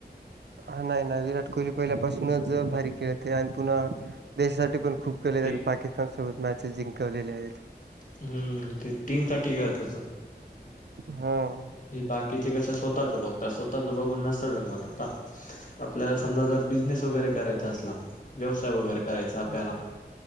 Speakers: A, on the right (about 75°); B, on the left (about 50°).
A: हा नाही नाही विराट कोहली पहिल्यापासूनच भारी खेळते आणि पुन्हा देशासाठी पण खूप केले
B: ते
A: आणि पाकिस्तान सोबत मॅचेस जिंकवलेले आहेत.
B: हं, ते टीमसाठी खेळतो तो.
A: हा.
B: हे बाकीचे कस स्वतःच बघ स्वतःच बघून नसत ज मत आपल्याला समजा जर बिझनेस वगैरे करायचा असला व्यवसाय वगैरे करायचा आपल्याला